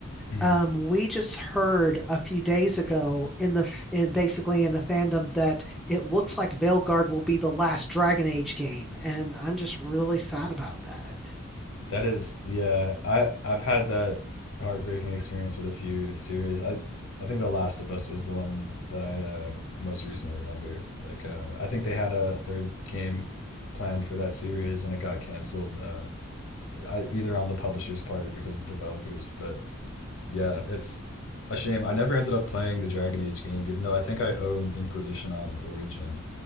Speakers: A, on the left; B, in the centre.
A: Mm-hmm.
B: Um, we just heard a few days ago in the in basically in the fandom that it looks like Veilguard will be the last Dragon Age game, and I'm just really sad about that.
A: That is, yeah, I I've had that heartbreaking experience with a few series. I I think The Last of Us was the one that I uh, most recently remember. Like, uh, I think they had a third game planned for that series, and it got canceled. Uh, I, either on the publisher's part or because of the developers, but Yeah, it's a shame. I never ended up playing the Dragon Age games, even though I think I own Inquisition on Origin.